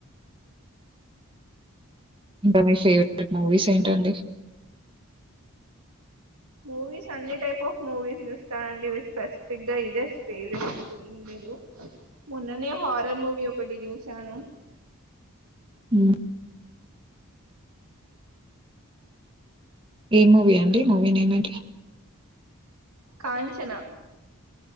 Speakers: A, on the right; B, on the right.
A: ఇంకా మీ ఫేవరెట్ మూవీస్ ఏంటండి
B: మూవీస్ అన్ని టైప్ ఆఫ్ మూవీస్ చూస్తానండి వి స్పెసిఫిక్ ఇదే ఫేవరెట్ అంటు ఏం లేదు మొన్ననే హారర్ మూవీ ఒకటి చూసాను
A: ఉ ఏ మూవీ అండి మూవీ నేమ్ ఏంటి
B: కాంచనా